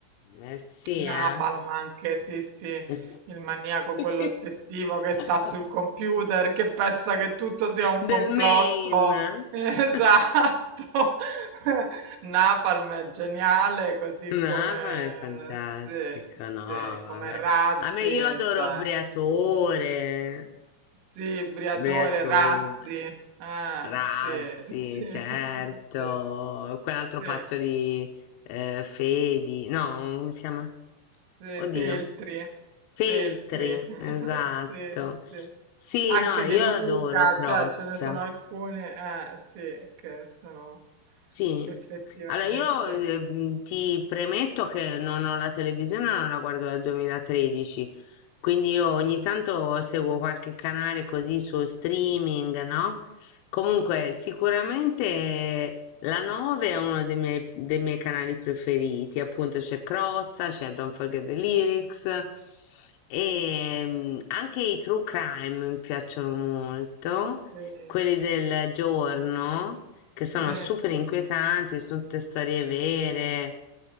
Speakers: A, on the left; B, on the right.
A: Eh sì,
B: Napalm
A: eh.
B: anche, sì, sì,
A: <laughs>
B: il maniaco, quello ossessivo che sta sul computer, che pensa che tutto sia un
A: Del
B: complotto.
A: Maine.
B: <laughs> Esatto.
A: <laughs>
B: <laughs> Napalm è geniale, così
A: Napoli
B: come,
A: è fantastico,
B: sì,
A: no,
B: sì,
A: vabbè.
B: come Razzi,
A: A me io adoro
B: cioè,
A: Briatore,
B: sì, Briatore,
A: Briatore,
B: Razzi, ah,
A: Razzi,
B: sì, sì, <laughs>
A: certo,
B: sì,
A: quell'altro
B: sì.
A: pazzo di eh, Fedi, no, come si chiama?
B: Sì,
A: Oddio,
B: Feltri,
A: Feltri,
B: Feltri, <laughs>
A: esatto.
B: sì, sì.
A: Sì,
B: Anche
A: no, io
B: De Luca,
A: l'adoro, Crozza.
B: cioè ce ne sono alcune, eh, sì, che sono
A: Sì,
B: effettivamente.
A: allora io eh, mh, ti premetto che non ho la televisione, non la guardo dal 2013, quindi io ogni tanto seguo qualche canale così su streaming, no? Comunque sicuramente la 9 è uno dei miei, dei miei canali preferiti, appunto c'è Crozza, c'è Don't Forget the Lyrics e mh, anche i true crime mi piacciono molto,
B: eh,
A: quelli del giorno che sono
B: Sì, sì.
A: super inquietanti, sono tutte storie vere,